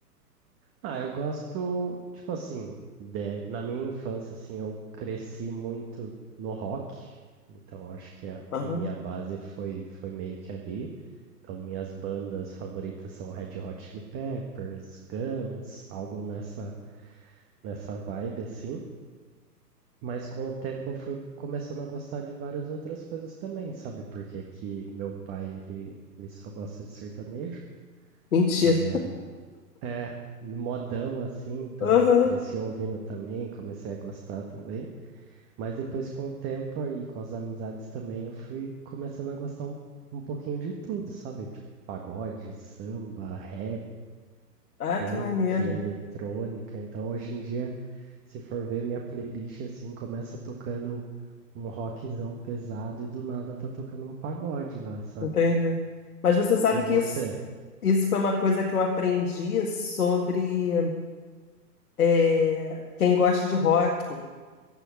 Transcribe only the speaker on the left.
Aham.
Mentira.
Aham.
Ah,
que maneiro.
Entendi. Mas você sabe
que isso, isso foi uma coisa que eu aprendi sobre eh, quem gosta de rock.